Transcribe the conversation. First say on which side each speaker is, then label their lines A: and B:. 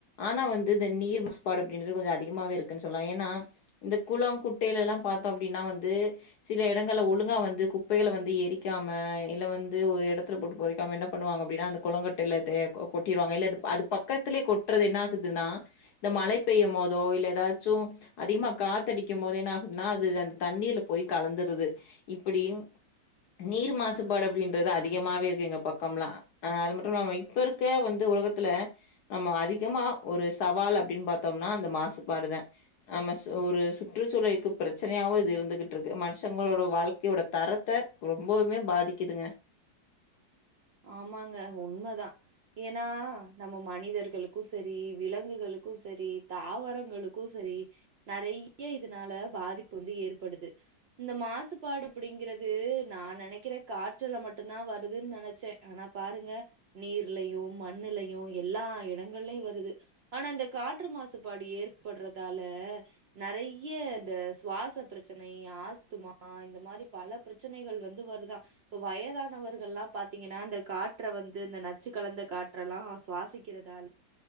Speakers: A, on the left; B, on the right.
A: ஆனா வந்து இந்த நீர் மாசுபாடு அப்டின்றது கொஞ்சோ அதிகமாவே இருக்குன் சொல்லலா ஏன்னா இந்த குளோ குட்டையிலல்லா பாத்தோ அப்டின்னா வந்து சில எடங்கள்ல ஒழுங்கா வந்து குப் குப்பைகள வந்து எரிக்காம இல்ல வந்து ஒரு எடத்துல போட்டு பொதைக்காம என்ன பண்ணுவாங்க அப்டின்னா அந்த கொளோ குட்டைல தேக்கோ கொட்டிருவாங்க இல்ல அது அது பக்கத்துலயே கொட்றது என்ன ஆகுதுன்னா இந்த மழை பெய்யு போதோ இல்ல ஏதாச்சு அதிகமா காத்தடிக்கு போது என்ன ஆகுதுன்னா அது அந்த தண்ணீல போய் கலந்துருது இப்டியு நீர் மாசுபாடு அப்டின்றது அதிகமாவே இருக்கு எங்க பக்கம்லா ஆ அது மட்டும் இல்லாம இப்ப இருக்க வந்து உலகத்துல நம்ம அதிகமா ஒரு சவால் அப்டின் பாத்தோம்னா அந்த மாசுபாடுதா நம்ம சு ஒரு சுற்றுச்சூழலுக்கு பிரச்சனையாவு இது இருந்துகிட்டு இருக்கு மனுஷங்களோட வாழ்க்கையோட தரத் த்த ரொம்பவுமே பாதிக்குதுங்க
B: ஆமாங்க உண்மதா ஏன்னா நம்ம மனிதர்களுக்கு செரி விலங்குகளுக்கு செரி தாவரங்களுக் க்கு செரி நறைய இதனால பாதிப்பு வந்து ஏற்படுது இந்த மாசுபாடு அப்டிங்கிறது நா நெனைக்கிற காற்றுல மட்டுதா வருதுன் நென ச்ச ஆனா பாருங்க நீர்லயு மண்ணுலயு எல்லா இடங்கள்லயு வருது ஆனா இந்த காற்று மாசுபாடு ஏற்பட்றதால நறைய இந்த சுவாச பிரச்சனை ஆஸ்துமா இந்த மாரி பல பிரச்சனைகள் வந்து வருதா இப்ப வயதானவர்கள்லா பாத் பாத்தீங்கன்னா இந்த காற்ற வந்து இந்த நச்சு கலந்த காற்ற எல்லா சுவாசிக்கிறதால